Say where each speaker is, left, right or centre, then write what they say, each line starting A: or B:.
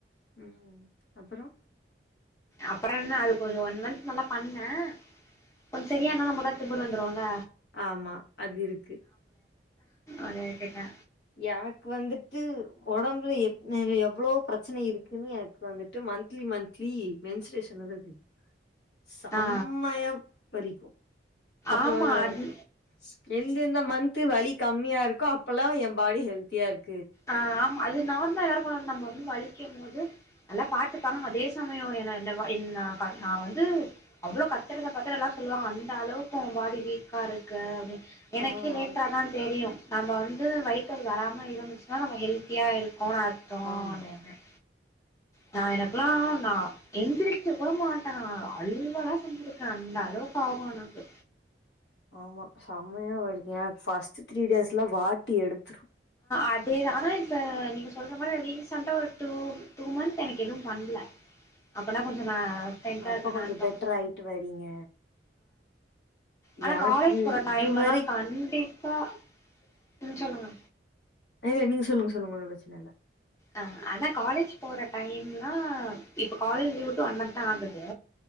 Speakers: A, on the left; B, on the left.
A: உம் அப்புறம்
B: அப்புறம் என்ன அதுக் கொஞ்ச ஒன் மந்த் நல்லா பண்ணேன் கொஞ்சம் சரியான நம்மக்கு திமிருவந்துரும்ல
A: ஆமா அது இருக்கு
B: அது கேட்டா
A: எனக்கு வந்துட்டு உடம்புல எ எவ்வளோ பிரச்சனை இருக்குன்னு எனக்கு வந்துட்டு மந்த்த்லிமந்த்த்லி மென்சரேஷன் அது செம்மைய
B: ஆ
A: வலிக்கும் அப்ப
B: ஆமா அது
A: எந்தெந்த மந்த்து வலி கம்மியா இருக்கோ அப்போல்லாம் என் பாடி ஹெல்த்தியா இருக்கும்
B: ஆஹ் ஆமா அது நார்மலா எல்லாருக்கும் உள்ளது நம்ம வந்து வலிக்கும் போது நல்லா பாத்துப்பாங்க அதே சமயம் ஏ என்ன என் நான் வந்து அவ்வளோ கத்துறத பாத்துலாம் சொல்லுவாங்க அந்த அளவுக்கும் பாடி வீக்காக இருக்கு அது எனக்கே
A: ஆ
B: லேட்டரா
A: ஆமா
B: தான் தெரியும் நம்ம வந்து வயித்து வலி வராம இருந்துச்சுனா ஆ நம்ம ஹெல்த்தியா இருக்கும் இருக்கோம்னு அர்த்தம்
A: ஆமா
B: நான் எனக்கெல்லாம் நான் எந்திரச்ச கூட மாட்டேன் நான் அழுவல்லாம் செஞ்சிருக்கேன் அந்த அளவுக்கு ஆகும் எனக்கு
A: ஆமா செமையா வலிக்கும் பஃஸ்ட் த்ரீ டேஸ்லாம் வாட்டி எடுத்துரும்
B: அதேதான் இப்ப நீங்க சொல்ற மாதிரி ரிசென்ட் அ டூ மந்த் அ எனக்கு எதுவும் பண்ணல அப்பனா கொஞ்சம் ந ஹெல்த்தி
A: அப்ப
B: ஆஹ் இருக்கேனு
A: கொஞ்சோ
B: அர்த்தம்
A: பெட்டர் ஆயிட்டு வரீங்க
B: ஆனா
A: எனக்கு
B: காலேஜ் போற
A: இதுவரை
B: டைம்லாம் கண்டிப்பா உம் சொல்லுங்க
A: இல்ல நீங்க சொல்லுங்க சொல்லுங்க ஒண்ணும் பிரச்சனை இல்ல
B: அஹ் அதான் காலேஜ் போற டைம்லாம் இப்ப காலேஜ் லீவ்விட்டு ஒன் மந்த்த் தான் ஆகுது